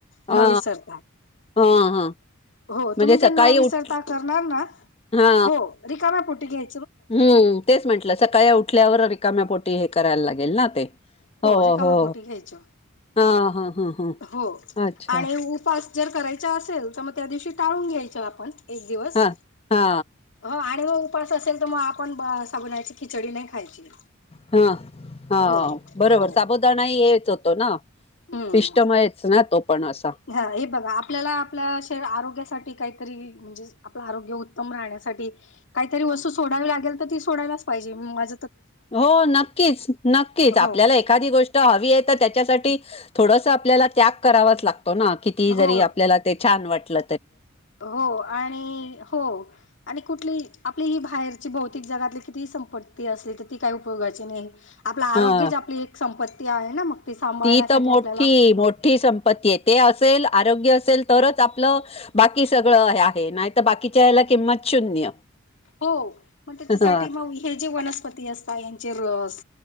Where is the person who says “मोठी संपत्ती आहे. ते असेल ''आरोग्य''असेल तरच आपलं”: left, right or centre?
Left